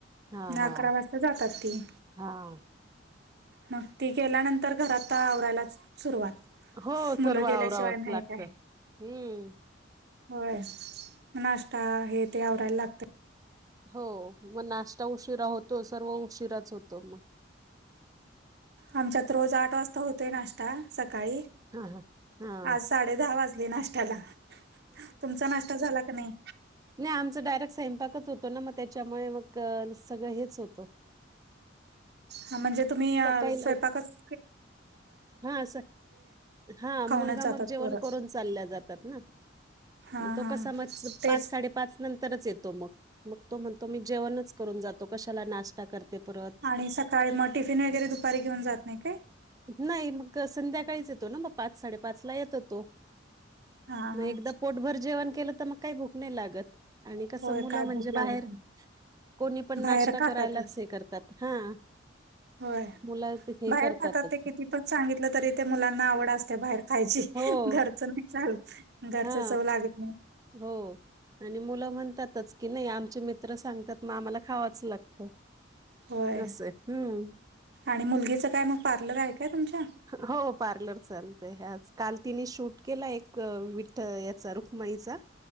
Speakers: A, on the right; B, on the right.
A: हा
B: धा
A: हा
B: अकरा वाजता जातात ती.
A: हा
B: मग ती गेल्यानंतर घरात आवरायला सुरुवात,
A: हो,,
B: मुलं
A: सर्व
B: गेल्याशिवाय
A: आवरावच
B: नाही
A: लागत
B: काय
A: हम्म.
B: होय, नाष्टाहे ते आवरायला लाग.
A: हो, मग नाश्ता उशिरा होतो सर्व उशिराच होतो मग,
B: आमच्यात रोज आठ वाजता होतोय नाश्ता सकाळी.
A: हा, हा, हा
B: आज साडे दहा वाजले नाशयाला तुमचा नाश्ता झाला का नाही?
A: नाही आमचं डायरेक्ट स्वयंपाकच होतो ना मग त्याच्यामुळे मग सगळं हेच होतं.
B: हा म्हणजे तुम्ही
A: सकाळी
B: स्वयंपाकचच
A: लव हा हा
B: खाऊनच
A: मुलगा
B: जातात
A: मग जेवण
B: पोरं
A: करून चालल्या जातात ना.
B: हा
A: मग तो
B: हा
A: कस म
B: तेच
A: पाच साडे पाच नंतरच येतो मग मग तो म्हणतो मी जेवणच करून जातो कशाला नाश्ता करते परत
B: आणि सकाळी मग टिफिन वगैरे दुपारी घेऊन जात नाही काय
A: नाही मग संध्याकाळीच येतो ना मग पाच साडेपाच ला येतो तो.
B: हा
A: मग
B: हा
A: एकदा पोटभर जेवण केलं तर मग काही भूक नाही लागत. आणि कसं
B: होय
A: मुलं
B: काय
A: म्हणजे
B: भूक लागत
A: बाहेर
B: नाही
A: कोणी पण
B: बाहेर
A: नाश्ता
B: खातातच
A: करायलाच हे करतात हा.
B: होय
A: मुलं हे
B: बाहेर
A: करतातच.
B: खातात ते किती पण सांगितलं तरी ते मुलांना आवड असते बाहेर खायची
A: हो
B: घरचं नाही चालू घरचा
A: हा
B: चव लागत नाही.
A: हो. आणि मुलं म्हणतातच की नाही आमचे मित्र सांगतात मग आम्हाला खावाचं लागतं.
B: होय
A: असं हम्म.
B: आणि मुलगीचं काय मग पार्लर आहे काय तुमच्या
A: हो पार्लर चालतय आज काल तिने शूट केला एक विठ याचा रुखमाईचा